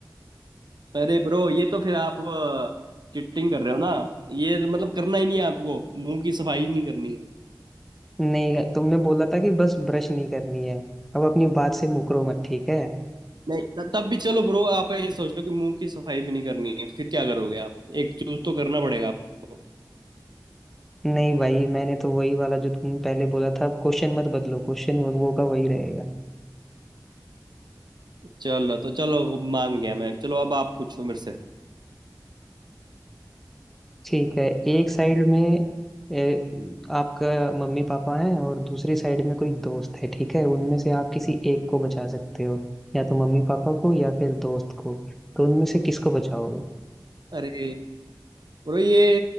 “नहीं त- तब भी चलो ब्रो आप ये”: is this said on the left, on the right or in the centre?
Right